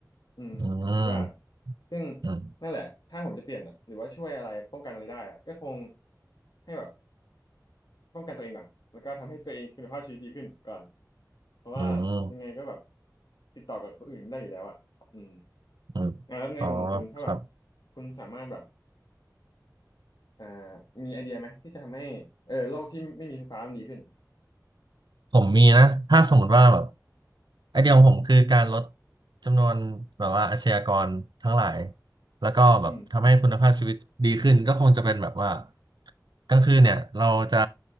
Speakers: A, on the left (about 75°); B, on the right (about 85°).
A: อืมผมคิดว่า
B: อืม
A: ซึ่ง
B: อืม
A: นั่นแหละถ้าผมจะเปลี่ยนอะหรือว่าช่วยอะไรป้องกันอะไรได้อะก็คงให้แบบป้องกันตัวเองก่อนแล้วก็ทำให้ตัวเองคุณภาพชีวิตดีขึ้นก่อนเพราะว่ายังไงก็แบบ
B: อืม
A: ติดต่อกับคนอื่นไม่ได้อยู่แล้วอะอืม
B: อืม
A: อ่ะแล้วในมุมของคุณถ้าแบบ
B: อ๋อครับ
A: คุณสามารถแบบอ่ามีไอเดียไหมที่จะทำให้เออโลกที่ไม่ไมมีไฟฟ้ามันดีขึ้น
B: ผมมีนะถ้าสมมติว่าแบบ ไอเดียของผมคือการลดจำนวนแบบว่าอาชญากรทั้งหลายแล้วก็แบบทำให้คุณภาพชีวิตดีขึ้นก็คงจะเป็นแบบว่า
A: อืม
B: กลางคืนเนี่ยเราจะ